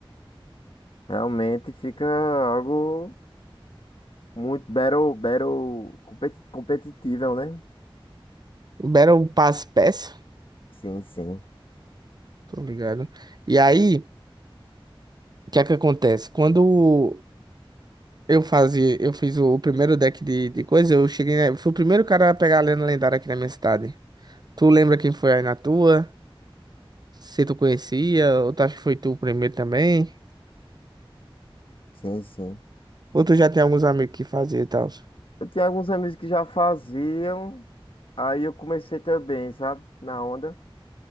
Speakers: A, on the left; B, on the right.
A: realmente fica algo. Muito battle, battle competi- competitiva, né?
B: Libera pass passe peça,
A: Sim, sim,
B: tô ligado. E aí, o que é que acontece? Quando eu fazia, eu fiz o primeiro deck de, de coisa, eu cheguei, né, eu fui o primeiro cara a pegar a lenda lendária aqui na minha cidade. Tu lembra quem foi aí na tua? Se tu conhecia, ou tu acha que foi tu o primeiro também?
A: sim, sim.
B: Ou tu já tem alguns amigos que fazia e tal?
A: Eu tinha alguns amigos que já faziam, aí eu comecei também, sabe? Na onda.